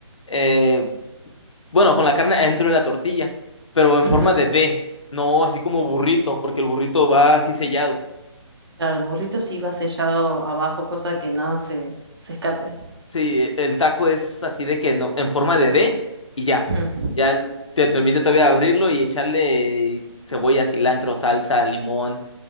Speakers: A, on the left; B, on the right.
A: eh, bueno, con la carne adentro de la tortilla, pero en
B: Ujú.
A: forma de D, no así como burrito, porque el burrito va así sellado.
B: Claro, el burrito sí va sellado abajo, cosa que nada se, se escape.
A: Sí, el taco es así de que no, en forma de D y ya.
B: Ujú.
A: Ya el- te permite todavía abrirlo y echarle cebolla, cilantro, salsa, limón,